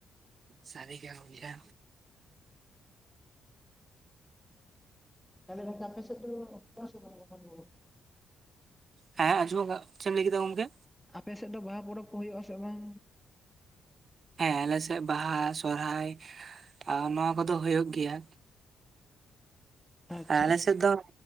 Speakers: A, on the right; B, in the centre.
A: ᱥᱟᱹᱨᱤ ᱜᱮ ᱜᱮᱭᱟ ᱵᱳᱭᱦᱟ
B: ᱛᱟᱦᱚᱞᱮ ᱚᱝᱠᱟ ᱟᱯᱮ ᱥᱮᱫ ᱴᱚ <unintelligible>
A: ᱦᱮᱸ ᱟᱸᱡᱚᱢᱜ ᱠᱟ, ᱪᱮ ᱮᱢ ᱞᱟᱹᱭ ᱠᱮᱫᱟ ᱜᱚᱝᱠᱮ?
B: ᱟᱯᱮ ᱥᱮᱫ ᱫᱚ ᱵᱟᱦᱟ ᱯᱚᱨᱚᱵᱽ ᱠᱚ ᱦᱩᱭᱩᱜ-ᱟ ᱥᱮ ᱵᱟᱝ?
A: ᱦᱮᱸ ᱟᱞᱮ ᱥᱮᱫ ᱵᱟᱦᱟ ᱥᱚᱨᱦᱟᱭ, ᱟ ᱱᱚᱣᱟ ᱠᱚᱫᱚ ᱦᱳᱭᱳᱜ ᱜᱮᱭᱟ᱾
B: ᱟᱪᱪᱷᱟ
A: ᱮᱸ ᱟᱞᱮ
B: ᱟᱪᱪᱷᱟ
A: ᱥᱮᱫ ᱫᱚ